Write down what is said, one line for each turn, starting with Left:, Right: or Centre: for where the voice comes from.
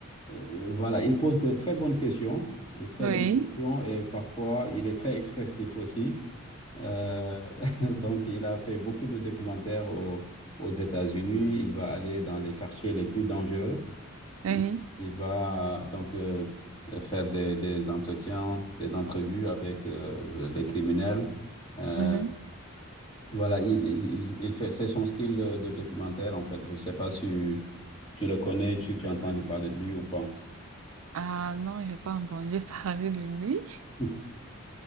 Left: euh, voilà, il pose de très bonnes questions, de très
Right: Oui.
Left: bonnes questions et parfois il est très expressif aussi. Euh, <laughs> donc il a fait beaucoup de documentaires au- aux États-Unis. Il va aller dans les quartiers les plus dangereux.
Right: Oui.
Left: Il, il va donc euh, euh, faire des, des entretiens, des entrevues avec euh, les criminels. Euh,
Right: Mhm.
Left: voilà, il, il, il- il fait, c'est son style euh, de documentaire en fait. Je ne sais pas si tu le connais, tu, tu as entendu parler de lui ou pas.
Right: Ah non, je n'ai pas entendu <laughs> parler de lui.
Left: <laughs>